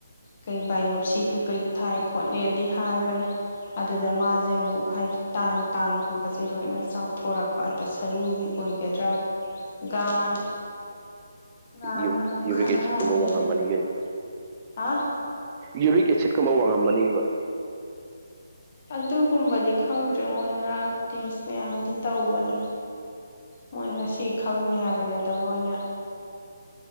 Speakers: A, on the left; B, on the right.
A: ꯀꯩ ꯕꯥꯏꯑꯣꯞꯁꯤ ꯀ ꯀꯩ ꯊꯥꯏ ꯈꯣꯠꯂꯤꯗꯤ ꯍꯥꯏꯕꯅꯦ ꯑꯗꯨꯗ ꯃꯥꯁꯦ ꯑꯃꯨꯛ ꯍꯥꯏꯗꯤ ꯇꯥꯡ ꯇꯥꯡꯒꯨꯝꯕꯁꯦ ꯂꯣꯏꯅ ꯆꯥꯎꯊꯣꯔꯛꯄ ꯑ ꯁꯔꯨꯒꯤ ꯑꯣꯏꯒꯗ꯭ꯔꯥ ꯒꯥꯟ ꯒꯥꯟꯅ
B: ꯌꯨꯔꯤꯛ
A: ꯑꯃꯨꯛ
B: ꯌꯨꯔꯤꯛ
A: ꯈꯟꯅꯕꯅꯦ
B: ꯑꯦꯁꯤꯠꯀꯨꯝꯕ ꯋꯥꯡꯉꯝ ꯃꯅꯤ ꯀꯩꯅ
A: ꯍꯥ
B: ꯌꯨꯔꯤꯛ ꯑꯦꯁꯤꯠꯀꯕ ꯋꯥꯡꯉꯝꯃꯅꯦꯕ
A: ꯑꯗꯨꯒꯨꯝꯕꯗꯤ ꯈꯪꯗ꯭ꯔꯦ ꯃꯣꯏ ꯉꯔꯥꯡ ꯇꯦꯁ ꯃꯌꯥꯝꯗꯤ ꯇꯧꯕꯅꯦ ꯃꯣꯏ ꯉꯁꯤ ꯈꯪꯅꯤ ꯍꯥꯏꯕꯅꯤꯗ ꯃꯣꯏꯅ